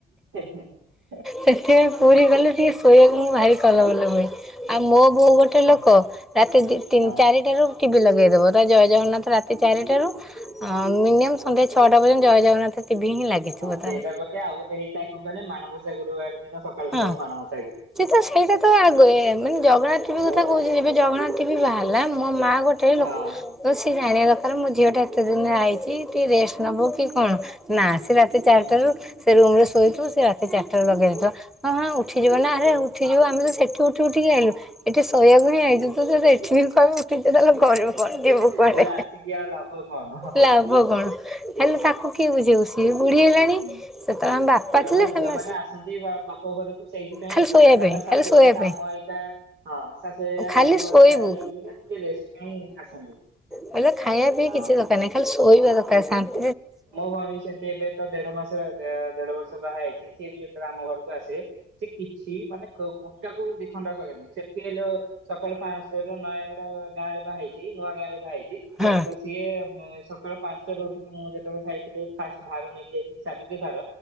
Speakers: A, on the right (about 85°); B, in the centre.
A: ହୁଁ ହଁ।
B: ସେଥିପାଇଁ ପୁରୀ ଗଲେ ଟିକେ ଶୋଇବାକୁ ମୁଁ ଭାରି କଲବଲ ହୁଏ। ଆଉ ମୋ ବୋଉ ଗୋଟେ
A: ଆଚ୍ଛା
B: ଲୋକ ରାତି ଦି ତିନି
A: ହଁ
B: ଚାରିଟାରୁ ଟିଭି ଲଗେଇଦବ ତା ଜୟ ଜଗନ୍ନାଥ ରାତି ଚାରିଟାରୁ ଅ ମିନିମମ୍
A: ଆଚ୍ଛା
B: ସନ୍ଧ୍ୟା
A: ଆଚ୍ଛା।
B: ଛଅଟା ପର୍ଯ୍ୟନ୍ତ ଜୟ ଜଗନ୍ନାଥ ଟିଭି ହିଁ ଲାଗିଥିବ
A: ହଁ ସେଇଟା
B: ତାର
A: କଥା ଆଉ ଗୋଟେ ହେଇଥାଏ କଣ କହିଲେ ମାଣବସା ଗୁରୁବାର ଦିନ ସକାଳୁ ସକାଳୁ
B: ହଁ।
A: ମାଣବସା ଗୀତ।
B: ସେ ତ ସେଇଟା ତ ଆଗେ ଏ ମାନେ ଜଗନ୍ନାଥ କଥା ବି
A: ହଁ
B: କଥା କହୁଛି ଏ ଜଗ ଆଁ ଟିଭି ବାହାରିଲା ମୋ ମା ଗୋଟେ
A: ହଁ
B: ଲୋକ ରୋଷେଇ ସା ଜାଣିବା ଦରକାର ମୋ ଝିଅଟା ଏତେ ଦିନରେ ଆଇଛି ଟିକେ ରେଷ୍ଟ ନବ କି କଣ ନା ସେ ସେ ରାତି
A: ହୁଁ,
B: ଚାରିଟାରୁ ସେ ରୁମ ରେ ଶୋଇଥିବ ସେ ରାତି ସେ ଚାରିଟା ଲଗେଇ ଦେଇଥିବ ଉଠିଯିବ ନା ଆରେ ଉଠିଯିବ। ଆମେ ତ ସେଠି ଉଠି ଉଠି କି ଆଇଲୁ ଏଠି ଶୋଇବାକୁ ହିଁ ଆଇଚୁ ତୁ ଯଦି ଏଠି ବି କହିବୁ ଉଠିଯା ତାହେଲେ କରିବୁ କଣ ଯିବୁ କୁଆଡେ?
A: ତାହେଲେ ଆସିକି ଆଉ ଲାଭ କଣ?
B: ଲାଭ କଣ ହେଲେ ତାକୁ କିଏ ବୁଝେଇବୁ ସିଏ ବୁଢି ହେଲାଣି
A: ହୁଁ।
B: ସେତେବେଳେ ଆମ ବାପା
A: କାରଣ
B: ଥିଲେ ସେମାନେ
A: ଝିଅ ମାନେ ଆସନ୍ତି ବା ବାପ ଘରକୁ ସେଇଥିପାଇଁ
B: ଖାଲି ଶୋଇବା
A: କାରଣ
B: ପାଇଁ
A: ଶାଶୁ
B: ଖାଲି ଶୋଇବା
A: ଘରେ କାମ
B: ପାଇଁ
A: ହେଇଥାଏ ହଁ ଶାଶୁ ସେ ଏଇଆ
B: ଖାଲି
A: କାମ
B: ଶୋଇବୁ
A: ଘରେ ଥାଏ ଇଏ ବୋଲିକା ଟିକେ ରେଷ୍ଟ ପାଇଁ ଆସନ୍ତି।
B: ଭଲ ଖାଇବା ପିଇବା
A: ହଁ
B: କିଛି ଦରକାର ନାହିଁ ଖାଲି ଶୋଇବା ଦରକାର ସାନ୍ତ୍
A: ମୋ ଭଉଣୀ ସେମତି ଏବେ ତ ଦେଢ ମାସ ଦେଢ ବର୍ଷ ବାହା ହେଇଛି ସିଏ ବି ଆମ ଘରକୁ ଆସେ ସେ କିଛି ମାନେ କୁଟାକୁ ବି ଦିଖଣ୍ଡ କରେନି ସେଠି ହେଲେ ସକାଳୁ ନାଶୁର ର ନୟାଗଡା ଗାଁ ରେ ବାହାହେଇଚି ନୂଆ ଗାଁରେ ବାହାହେଇଛି।
B: ହଁ
A: ତ ସିଏ ସକାଳ ପାଞ୍ଚଟାରୁ ଉଠିକି ମୁଁ ଯେତେବେଳେ ଯାଇଥିଲି ଫାଷ୍ଟ ଭାର ନେଇକି ଯାଇଥିଲି ସାବିତ୍ରୀ ଭାର